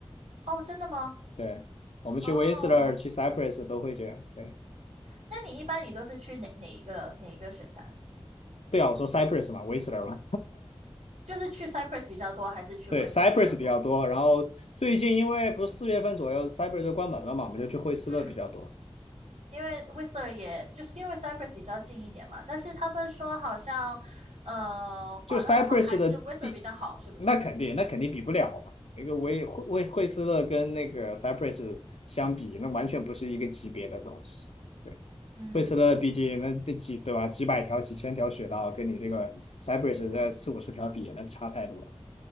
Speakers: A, on the right; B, on the left.
A: 哦，真的吗？
B: 对，我们去
A: 哦，
B: w 斯勒去 Cypress 都会这样，对
A: 那你一般你都是去哪哪一个哪一个雪山？
B: 对啊，我说 Cypress 嘛 w 斯勒嘛，
A: 就是去 Cypress 比较多，还是去
B: 对
A: Whistler
B: Cypress
A: 比较多？
B: 比较多，然后最近因为不是四月份左右 Cypress 就关门了嘛，我们就去惠斯勒比较多，
A: 嗯，因为 Whistler 也就是因为 Cypress 比较近一点嘛，但是他们说好像呃滑道的话还是
B: 就 Cypress 的地，
A: Whistler 比较好，是不是？
B: 那肯定那肯定比不了嘛。一个威惠惠惠斯勒跟那个 Cypress 相比，那完全不是一个级别的东西。对，
A: 嗯，
B: 惠斯勒毕竟那那几对吧，几百条、几千条雪道，跟你这个 Cypress 在四五十条比，那差太多了